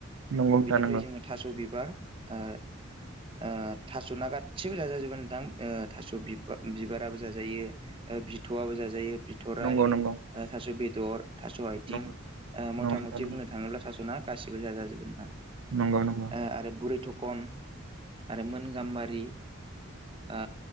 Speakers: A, on the right; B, on the right.
A: नंगौ।
B: ओमफ्राय
A: नंगौ
B: जोङो थास' बिबार अ अ थास' ना गाैबो जाजाजोबो नोंथां अ थास' बिबा बिबाराबो जाजायो। अ बिथ'आबो जाजायो। बिथराय
A: नंगौ नोंथां नंगौ नोंथां नंगौ नोंथां नंगौ नंगौ
B: आ थास' बेदर थास' आइथिं
A: नंगौ
B: आ मथा
A: नोंथां
B: मथि बुंनो थाङोब्ला थास' ना गासिबो जाजाजोबो नोंथां
A: नंगौ नंगौ
B: आरो बुरै थ कन आरो मोन गाम्बारि आ